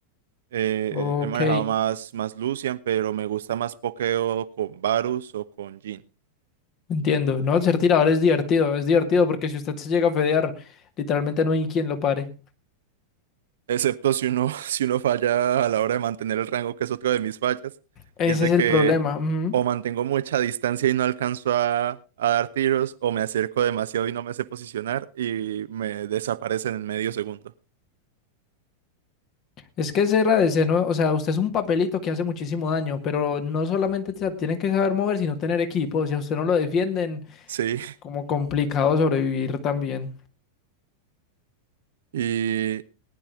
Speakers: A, on the right; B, on the left.
A: Eh,
B: Ok,
A: he manejado más, más Lucian, pero me gusta más pokeo con Varus o con Jhin.
B: entiendo. No, ser tirador es divertido, es divertido porque si usted se llega a fedear, literalmente no hay quien lo pare.
A: Excepto si uno, <laughs> si uno falla a la hora de mantener el rango, que es otra de mis fallas,
B: Ese
A: y es de
B: es el
A: que
B: problema. ujú.
A: o mantengo mucha distancia y no alcanzo a, a dar tiros, o me acerco demasiado y no me sé posicionar y me desaparecen en medio segundo.
B: Es que ese RDC, ¿no? O sea, usted es un papelito que hace muchísimo daño, pero no solamente se tiene que saber mover, sino tener equipo. Si a usted no lo defienden,
A: Sí,
B: como complicado sobrevivir también.
A: <laughs> y